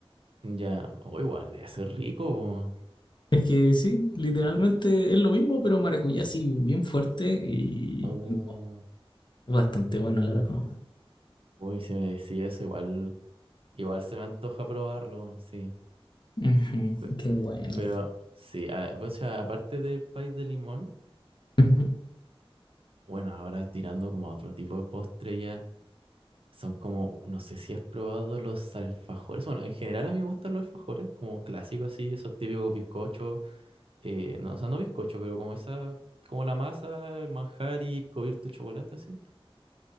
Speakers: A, on the right; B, on the left.
A: Ya, o igual, debe ser rico.
B: Es que sí, literalmente es lo mismo, pero maracuyá sí, bien fuerte y
A: po. Uh,
B: y no, es bastante bueno, la verdad.
A: uy, si me decía eso, igual. Igual se me antoja probarlo, sí.
B: Ujú,
A: Pe-
B: qué bueno.
A: Pero sí, a- pues, a- aparte del país de limón,
B: Ujú.
A: bueno, ahora tirando como a otro tipo de postre ya, son como, no sé si has probado los alfajores. Bueno, en general a mí me gustan los alfajores, como clásicos así, esos típicos bizcochos, eh, no, o sea, no bizcocho, pero como esa, como la masa, el manjar y cubierto de chocolate así.